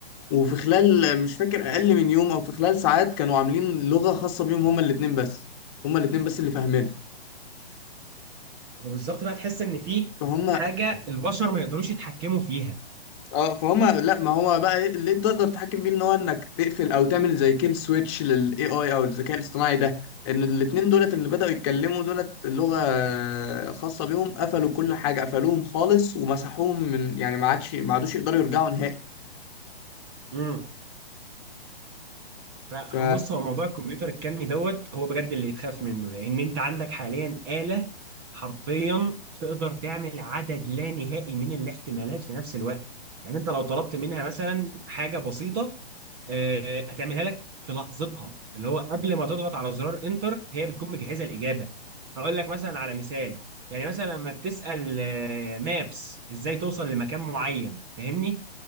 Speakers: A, on the left; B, on the right.
A: وفي خلال مش فاكر اقل من يوم او في خلال ساعات كانوا عاملين لغه خاصه بيهم هما الاثنين بس هما الاثنين بس اللي فاهمينها
B: هو بالظبط بقى تحس ان في
A: فهم
B: حاجه البشر ما يقدروش يتحكموا فيها
A: اه فهم لا ما هو بقى إيه اللي تقدر تتحكم فيه ان هو انك تقفل او تعمل زي كيل سويتش للاي اي او الذكاء الاصطناعي ده ان الاثنين دولت اللي بداوا يتكلموا دولت لغه خاصه بيهم قفلوا كل حاجه قفلوهم خالص ومسحوهم من يعني ما عادش ما عادوش يقدروا يرجعوا نهائي
B: مم. فبص
A: ف
B: هو موضوع الكمبيوتر الكمي دوت هو بجد اللي يتخاف منه لان انت عندك حاليا آلة حرفيا تقدر تعمل عدد لا نهائي من الاحتمالات في نفس الوقت يعني انت لو طلبت منها مثلا حاجة بسيطة آه، هتعملها لك في لحظتها اللي هو قبل ما تضغط على زرار انتر هي بتكون مجهزه الاجابه هقول لك مثلا على مثال يعني مثلا لما بتسال آه، مابس ازاي توصل لمكان معين فاهمني